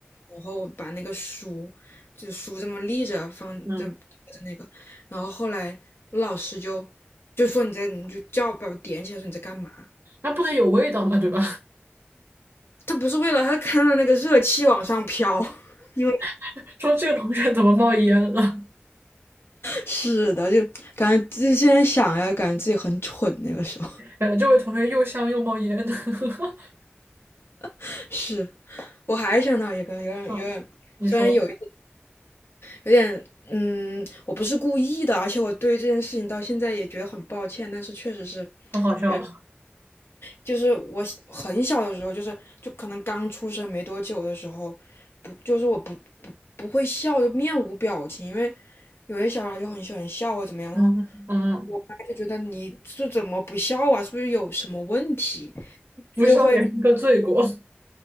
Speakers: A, on the left; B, on the right.
A: 然后我把那个书，就书这么立着放在在那个，
B: 嗯，
A: 然后后来我老师就就说你在你就叫把我点起来说你在干嘛？
B: 那不得有味道嘛，对吧？
A: 他不是为了他看到那个热气往上飘，<laughs> 因为
B: <laughs> 说这个同学怎么冒烟了？
A: 是的，就感觉自己现在想呀，感觉自己很蠢那个时候。
B: 感觉这位同学又香又冒烟的。<laughs>
A: <laughs> 是，我还想到一个有点有点，
B: 嗯你说，
A: 虽然有。有点，嗯，我不是故意的，而且我对这件事情到现在也觉得很抱歉，但是确实是，
B: 很好笑。
A: 也就是我小很小的时候，就是就可能刚出生没多久的时候，不就是我不不不会笑，就面无表情，因为有些小孩就很喜欢笑或怎么样，
B: 嗯哼嗯
A: 然后我妈就觉得你是怎么不笑啊，是不是有什么问题？
B: 不笑也是个罪过。
A: 就会。